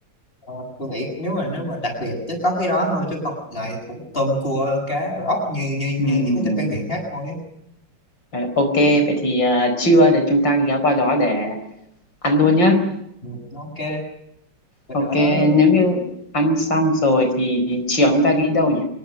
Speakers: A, on the left (about 30°); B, on the left (about 85°).
A: Ờ, tôi nghĩ nếu mà nếu mà đặc biệt chứ có cái đó thôi chứ còn lại cũng tôm cua cá rồi ốc như như như
B: Ừm,
A: những cái tỉnh ven biển khác thôi á
B: vậy là ok vậy thì à, trưa thì chúng ta ghé qua đó để ăn luôn nhá
A: ừ, ok mình
B: Ok,
A: đã nói rồi
B: nếu như ăn xong rồi thì chiều chúng ta đi đâu nhỉ?